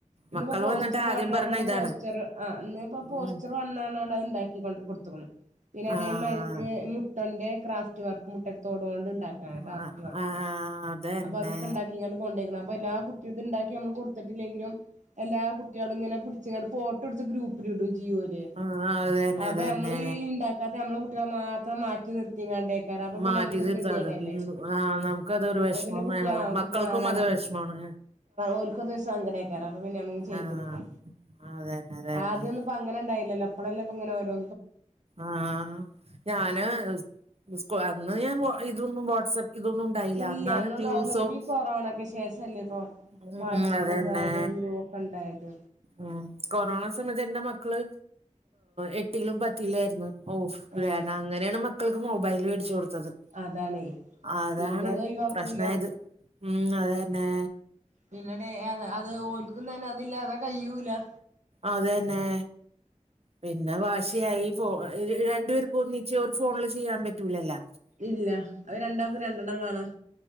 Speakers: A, on the right (about 80°); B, on the right (about 55°).
A: ഇന്നിപ്പോ
B: മക്കള്
A: പോസ്റ്റർ
B: വന്നിട്ട്
A: വേണമെന്ന്
B: ആദ്യം പറഞ്ഞ ഇതാണ്
A: പോസ്റ്റർ ആ ഇന്ന ഇപ്പോ
B: ഉം
A: പോസ്റ്റർ വേണമെന്ന് പറഞ്ഞ് കാരണം അത് ഉണ്ടാക്കി കൊണ്ടേ കൊടുത്തി പിന്നെ അതേമാതിരിക്ക്
B: ആഹ്
A: മുട്ടന്റെ ക്രാഫ്റ്റ് വർക്ക് മുട്ട തോട് ഉണ്ടാക്കാൻ ആണ് ക്രാഫ്റ്റ്
B: ആഹ്
A: വർക്ക്
B: അതന്നെ
A: അപ്പൊ അതൊക്കെ ഉണ്ടാക്കി ഇങ്ങനെ കൊണ്ട് പോയി അപ്പൊ എല്ലാ കുട്ടിക ഇത് ഉണ്ടാക്കി നമ്മള് കൊടുത്തിട്ടില്ലെങ്കിലും എല്ലാ കുട്ടികളും ഇങ്ങനെ പിടിച്ചിങ്ങ ഫോട്ടോ എടുത്ത് ഗ്രൂപ്പില ഇടും ചെയ്യൂലെ
B: ആഹ് അതന്നെ
A: അപ്പൊ
B: അതന്നെ
A: നമ്മൾ ഉണ്ടാക്കാത്ത നമ്മളെ ഈ കുട്ടികളെ മാത്രം മാറ്റി നിർത്തിങ്ങാണ്ട <inaudible> അപ്പൊ പിന്നെ
B: മാറ്റി
A: നമുക്കൊരു
B: നിർത്താ
A: ഗതികേട്
B: അത്
A: അല്ലേ
B: ആഹ് നമുക്കതൊരു വിഷമമാണ്
A: പിന്നെ കുട്ടികൾ
B: മക്കൾക്കും
A: അതാണ്
B: അത് വിഷമാണ്
A: ഓർക്കും അതൊരു സങ്കടം ആയി കാണും ചെയ്തോക്ക
B: ആഹ് അതന്നെ അതന്നെ
A: ആദ്യംൊന്നും ഇപ്പ അങ്ങനെ ഇണ്ടായില്ലല്ലോ എപ്പോളലി ഇപ്പ ഇങ്ങനെ ഓരോ
B: ആഹ ഞാന് സ് അന്ന് ഞാൻ ഇതൊന്നും വാട്സആപ്പ് ഇതൊന്നും ഉണ്ടായില്ല
A: ഇല്ല
B: എന്നാലും
A: അന്നൊന്നും
B: ദിവസവും
A: അതൊന്നുല്ല ഇപ്പ ഈ കൊറോണക്ക് ശേഷല്ലേ ഇപ്പൊ
B: ഉം
A: വാട്സപ്പും
B: അതന്നെ
A: കാര്യം ഗ്രൂപ്പൊക്കെ ഉണ്ടായത്
B: ഉം കൊറോണ സമയത്ത് എന്റെ മക്കള് എട്ടിലും പത്തിലും ആയിരുന്നു ഓഫ്
A: ആഹ്
B: വേഗം അങ്ങനെയാണ് മക്കൾക്ക് മൊബൈൽ മേടിച്ചു കൊടുത്തത്
A: അതാണേ
B: അതാണ്
A: പിന്നെ അത് ഒഴിവാക്കൂല
B: പ്രശ്നമായത് ഉം അത് തന്നെ
A: പിന്നെടി അത് അത് ഓർക്കും തന്നെ അതില്ലാതെ കഴിയൂല
B: അതെന്നെ പിന്നെ വാശി വാശിയായി രണ്ടു പേർക്ക് ഒന്നിച്ച് ഒരു ഫോണില് ചെയ്യാൻ പറ്റൂലല്ലോ
A: ഇല്ല അത് രണ്ടാൾക്കും രണ്ടെണ്ണം വേണം